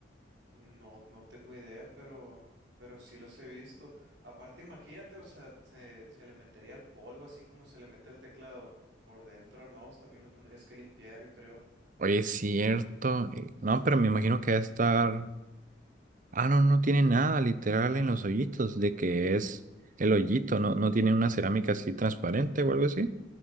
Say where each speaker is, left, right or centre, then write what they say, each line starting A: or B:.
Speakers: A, on the right (about 70°); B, on the right (about 45°).
A: No, no tengo idea, pero, pero sí los he visto. Aparte, imagínate, o sea, se, se le metería el polvo así como se le mete el teclado por dentro al mouse, también lo tendrías que limpiar, yo creo.
B: Oye, es cierto. eh, No, pero me imagino que va a estar... Ah, no, no tiene nada literal en los hoyitos de que es el hoyito, no, no tiene una cerámica así transparente o algo así.